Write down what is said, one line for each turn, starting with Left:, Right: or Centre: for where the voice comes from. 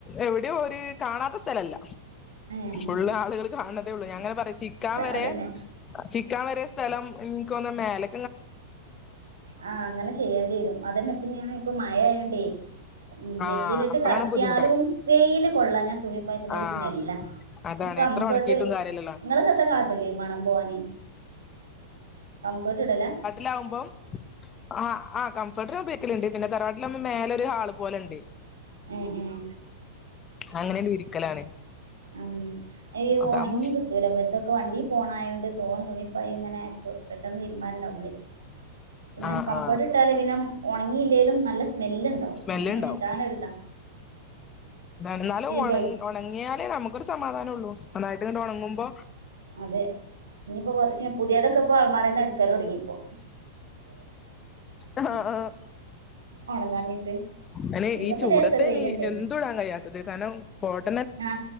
Left: എവിടെ ഒരു കാണാത്ത സ്ഥലല്ല
Right: ഏഹ്
Left: ഫുള്ളാളുകൾ കാണ് ണതേള്ളൂ ഞാങ്ങനെ പറയും ചിക്കാൻ വെ
Right: അതെന്നെ
Left: ചിക്കാൻ വെരെ സ്ഥലം ഇൻകോന്നെ മേലെ
Right: ആ അങ്ങനെ ചെയ്യണ്ടി വെരും അതെന്നെ ഇപ്പ ഞാൻ ഇപ്പ മഴ ആയോണ്ടേ മെഷീനിട്ട്
Left: ആഹ് അപ്പളാണ്
Right: കറക്കിയാലും
Left: ബുദ്ധിമുട്ടറ്
Right: വെയില് കൊള്ളാഞ്ഞാ തുണിപ്പയത്തിന ഒരു
Left: ആഹ്
Right: സ്മെല്ലാ
Left: അതാണ്
Right: കംഫേർട്ട്
Left: എത്ര ഒണക്കിയിട്ടും കാര്യല്ലല്ലോ
Right: നിങ്ങക്കത്ത കാട്ടല് മണം പോവാന് കംഫേർട്ട് ഇടലേ
Left: ലാകുമ്പം ആഹ്‌ കം കംഫർട്ടർ ഉയോഗിക്കല്ണ്ട് പിന്നേ തറവാട്ടിൽ ആകുമ്പോൾ മേലെ ഒരു ഹാളും പോലെണ്ട്
Right: ആ ആഹ്‌
Left: അങ്ങനെണ്ട് വിരിക്കലാണ്
Right: ആഹ്‌ അമ്
Left: അതാവുമ്പോ
Right: ഉണങ്ങി കിട്ടൂല അ ഇതൊക്കെ വണ്ടി പോണയതോണ്ട് തോന്ന തുണിപ്പ ഇങ്ങനെ പെട്ടെന്ന് തീരുമാനംണ്ടാവുംളി പിന്നെ
Left: ആ
Right: കംഫേർട്ട്
Left: ആ
Right: ഇട്ടാല് പിന്നെ ഉണങ്ങില്ലേലും നല്ല സ്മെല് ഉണ്ടാവും
Left: സ്മെല്ല്
Right: അപ്പൊ പിന്നെ
Left: ഉണ്ടാവും
Right: ഇടാനോരിത
Left: എന്നാലും ഉണങ്ങ്
Right: ബെഡ്
Left: ഉണങ്ങിയാലേ നമുക്കൊ സമാധാനം ഉള്ളൂ നന്നായിട്ട് ഇങ്ങട്ട് ഉണങ്ങുമ്പോ
Right: അതെ ഇനിയിപ്പോൊ കൊറേ പുതിയതൊക്കെ ഇപ്പ അലമാരെ എടുക്കാന് തുടുങ്ങിയിപ്പോ
Left: ആഹ് ആഹ്‌
Right: ഒണങ്ങാഞ്ഞിട്ട്
Left: അയിന്
Right: ഇന്നിപ്പോ
Left: ഈ ചൂടത്തയിൻ
Right: ലേസൊരു വെയിലുണ്ടേന്
Left: എന്തുയിടാൻ കഴിയാത്തത് കാരണം കോട്ട്
Right: ആഹ്